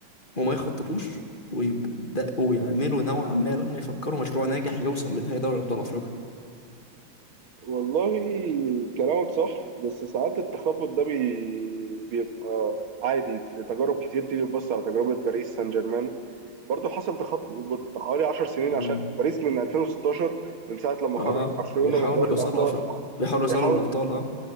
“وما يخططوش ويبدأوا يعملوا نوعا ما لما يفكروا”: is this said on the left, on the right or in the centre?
Left